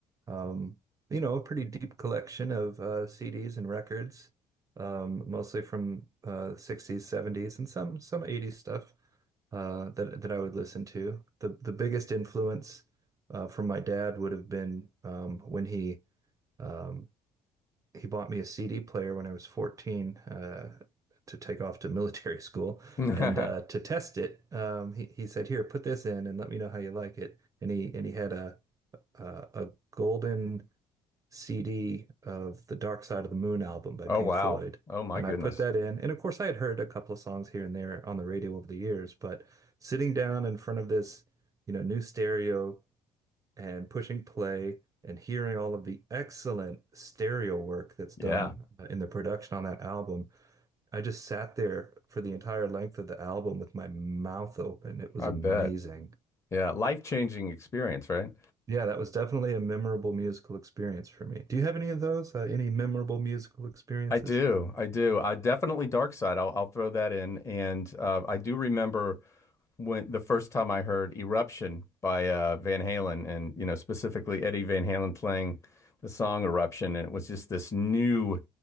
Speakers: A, on the right (about 30°); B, on the left (about 25°).
A: um, you know, a pretty deep collection of uh, CDs and records, um, mostly from uh, 60s, 70s, and some some 80s stuff. uh, that that I would listen to. The the biggest influence uh, from my dad would have been um, when he um, he bought me a CD player when I was 14 uh, to take off to military <laughs> school
B: Okay.
A: and uh,
B: <laughs>
A: to test it. Um, he he said, "Here, put this in and let me know how you like it." And he and he had a a, a golden CD of the Dark Side of the Moon album by
B: Oh
A: Pink
B: wow.
A: Floyd.
B: Oh my
A: And
B: goodness.
A: I put that in. And of course, I had heard a couple of songs here and there on the radio over the years, but sitting down in front of this, you know, new stereo and pushing play and hearing all of the excellent stereo work that's
B: Yeah,
A: done uh, in the production on that album, I just sat there for the entire length of the album with my mouth open. It was
B: I
A: amazing.
B: bet. Yeah, life-changing experience, right?
A: Yeah, that was definitely a memorable musical experience for me. Do you have any of those? Uh, any memorable musical experiences?
B: I do. I do. I definitely Dark Side. I'll I'll throw that in. And uh, I do remember when the first time I heard Eruption by uh, Van Halen and, you know, specifically Eddie Van Halen playing the song Eruption. And it was just this new